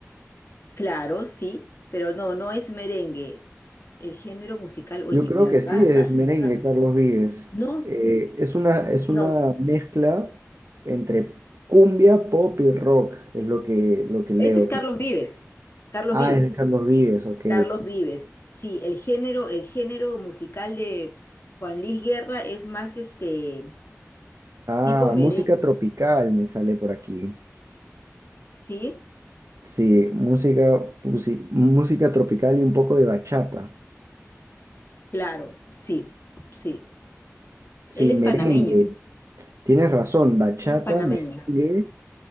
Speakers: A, on the left (about 50°); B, on the right (about 70°).
A: Claro, sí, pero no, no es merengue. El género musical, oye,
B: Yo creo
A: me agarras,
B: que sí, es merengue,
A: me agarras.
B: Carlos Vives.
A: No,
B: Eh, es una, es
A: no,
B: una mezcla entre cumbia, pop y rock, es lo que, lo que leo.
A: ese es Carlos
B: que-
A: Vives. Carlos
B: Ah,
A: Vives.
B: es de Carlos Vives, ok.
A: Carlos Vives. Sí, el género, el género musical de Juan Luis Guerra es más este
B: Ah,
A: tipo merengue.
B: música tropical me sale por aquí.
A: Sí,
B: Sí, música, pusi- música tropical y un poco de bachata.
A: claro, sí, sí.
B: Sí,
A: Él es
B: merengue.
A: panameño,
B: Tienes razón, bachata,
A: él es panameño,
B: merengue,